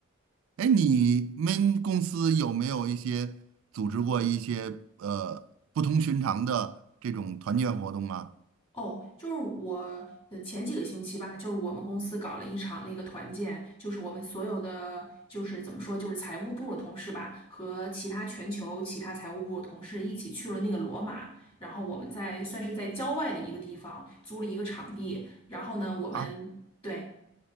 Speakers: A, on the right; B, on the left.
A: 哎，你们公司有没有一些组织过一些呃不同寻常的这种团建活动啊？
B: 哦，就是我，嗯，前几个星期吧，就是我们公司搞了一场那个团建，就是我们所有的，就是怎么说，就是财务部的同事吧，和其他全球其他财务部的同事一起去了那个罗马，然后我们在算是在郊外的一个地方租了一个场地，然后呢，我们对。
A: 啊，